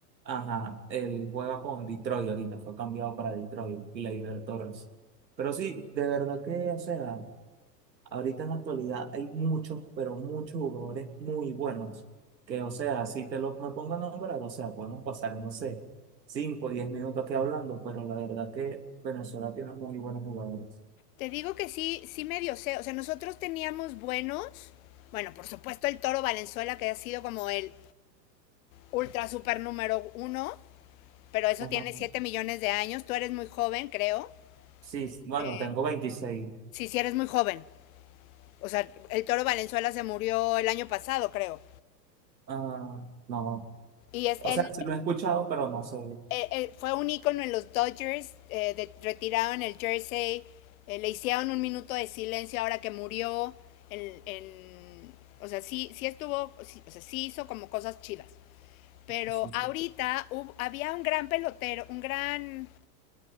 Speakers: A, on the right; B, on the left.
A: Ajá, él juega con Detroit ahorita, fue cambiado para Detroit y la Torres. Pero sí, de verdad que, o sea, ahorita en la actualidad hay muchos, pero muchos jugadores muy buenos. Que, o sea, si te los me pongo a nombrar, o sea, podemos pasar, no sé, 5 o 10 minutos aquí hablando, pero la verdad que Venezuela tiene muy buenos jugadores.
B: Te digo que sí, sí medio sé. O sea, nosotros teníamos buenos. Bueno, por supuesto el Toro Valenzuela, que ha sido como el ultra super número uno, pero eso
A: Ajá.
B: tiene 7 millones de años. Tú eres muy joven, creo.
A: Sí, bueno,
B: Eh,
A: tengo veintiséis
B: sí, sí eres muy joven. O sea, el Toro Valenzuela se murió el año pasado, creo.
A: Ah, no,
B: Y es
A: o
B: el
A: sea, sí lo he escuchado, pero no sé.
B: eh, eh, fue un ícono en los Dodgers, eh, de- retiraron el jersey, eh, le hicieron un minuto de silencio ahora que murió, en, en- o sea, sí, sí estuvo, sí- o sea, sí hizo como cosas chidas. Pero
A: Sí,
B: ahorita
A: pues.
B: hub- había un gran pelotero, un gran,